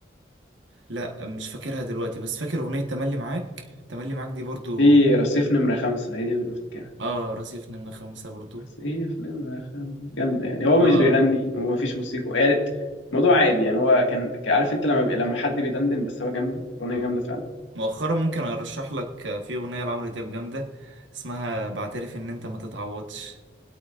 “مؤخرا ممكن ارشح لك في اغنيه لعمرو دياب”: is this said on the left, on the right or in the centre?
Right